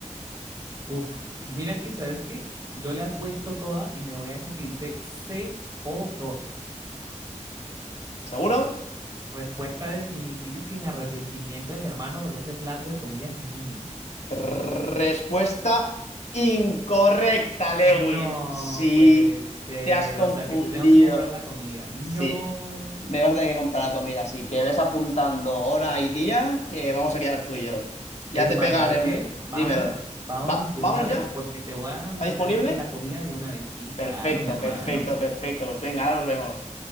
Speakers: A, on the right; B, on the left.
A: Uf, mira que, ¿sabes qué? Yo le apuesto toda y me voy a esa que dice CO2.
B: ¿Seguro?
A: Respuesta definitiva y sin arrepentimiento de mi hermano, porque ese plato de comida es mío.
B: Trrr, Respuesta incorrecta, Lewin.
A: No
B: Sí,
A: puede ser.
B: te has confundido.
A: O sea, que te tengo que comprar la comida. No.
B: Sí, me vas a tener que comprar la comida, así que ves apuntando hora y día que vamos a quedar tú y yo.
A: Es
B: Ya te
A: más,
B: pegaré
A: ¿sabes qué?
B: un...
A: Vámonos,
B: Dímelo.
A: vámonos
B: Va,
A: de
B: ¿vámonos
A: una vez
B: ya?
A: porque te voy a
B: ¿Está
A: pintar
B: disponible?
A: la, la comida de una vez. Sí,
B: Perfecto,
A: claro, mi hermano.
B: perfecto, perfecto. Pues venga, ahora nos vemos.